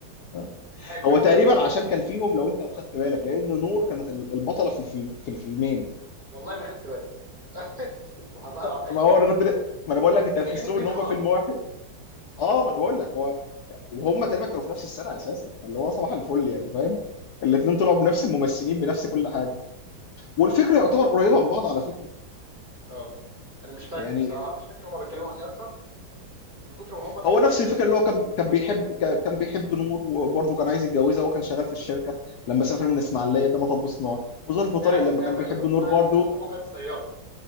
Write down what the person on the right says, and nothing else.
حلو
والله ما خدت بالي <laughs> والله
العظيم
الفيلمين
داخلين
في
بعض
اه انا مش فاكر
بصراحه مش فاكر هما بيتكلموا عن ايه اصلا من كتر ما هما بالنسبه
لي
ده
ده
فاكره
بتاع
اما ابوه كان صياد